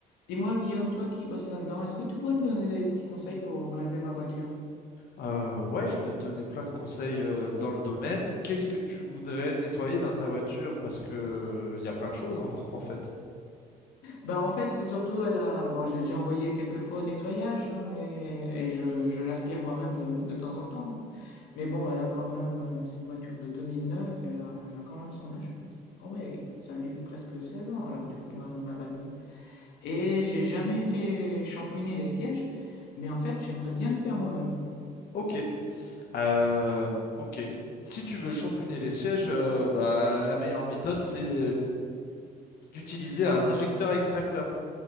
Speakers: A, on the left; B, on the left.
A: Dis-moi, Guillaume, toi qui bosses là-dedans, est-ce que tu pourrais me donner des petits conseils pour laver ma voiture?
B: Euh, ouais, je peux te donner plein de conseils euh, dans le domaine. Qu'est-ce que tu voudrais nettoyer dans ta voiture? Parce que il y a plein de choses en, en fait.
A: Ben, en fait, c'est surtout la... Bon, j'ai déjà envoyé quelques fois au nettoyage, hein, mais... et je, je l'aspire moi-même de, de temps en temps. Mais bon, elle a quand même... euh, C'est une voiture de 2009, elle a, elle a quand même son âge. Ah ouais, ça lui fait presque 16 ans, alors du coup, ma, ma bagnole. Et j'ai jamais fait shampouiner les sièges, mais en fait, j'aimerais bien le faire moi-même.
B: Ok. Euh, ok. Si tu veux shampouiner les sièges, euh, bah, la meilleure méthode, c'est d'utiliser un injecteur-extracteur.